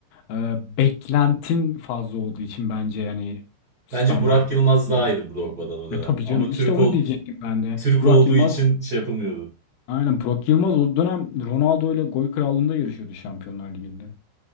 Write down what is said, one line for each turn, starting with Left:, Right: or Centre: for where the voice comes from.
Left: Ee, beklentin fazla olduğu için bence yani standart
Right: Bence Burak Yılmaz
Left: olmaz.
Right: daha iyiydi Drogba'dan o dönem.
Left: Ve tabii
Right: Ama
Left: canım
Right: Türk
Left: işte onu
Right: ol
Left: diyecektim ben de.
Right: Türk
Left: Burak
Right: olduğu
Left: Yılmaz
Right: için şey yapılmıyordu.
Left: aynen Burak Yılmaz o dönem Ronaldo ile gol krallığında yarışıyordu Şampiyonlar Ligi'nde.